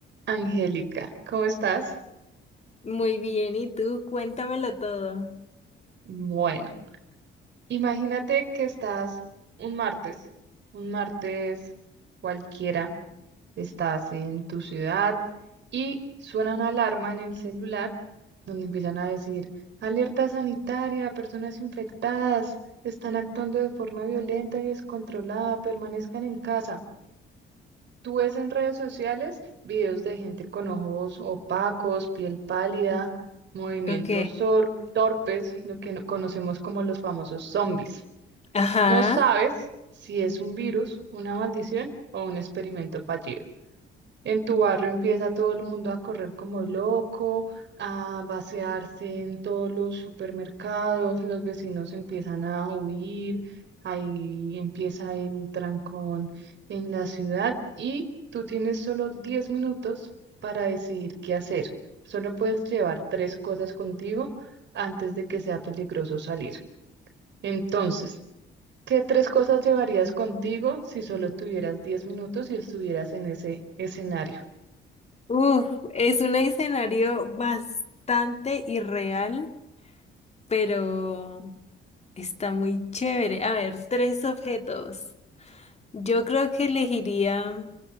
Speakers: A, on the right; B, on the left.
A: Angélica, ¿cómo estás?
B: Muy bien, ¿y tú? Cuéntamelo todo.
A: Bueno, imagínate que estás un martes, un martes cualquiera, estás en tu ciudad y suena una alarma en el celular donde empiezan a decir, alerta sanitaria, personas infectadas, están actuando de forma violenta y descontrolada, permanezcan en casa. Tú ves en redes sociales videos de gente con ojos opacos, piel pálida, movimientos
B: Ok.
A: sor- torpes, lo que no- conocemos como los famosos zombies.
B: Ajá.
A: No sabes si es un virus, una maldición o un experimento fallido. En tu barrio empieza todo el mundo a correr como loco, a vaciarse en todos los supermercados, los vecinos empiezan a huir, ahí empieza el trancón en la ciudad y tú tienes solo 10 minutos para decidir qué hacer. Solo puedes llevar tres cosas contigo antes de que sea peligroso salir. Entonces, ¿qué tres cosas llevarías contigo si solo tuvieras 10 minutos y estuvieras en ese escenario?
B: Uf, es un escenario bastante irreal, pero está muy chévere. A ver, tres objetos. Yo creo que elegiría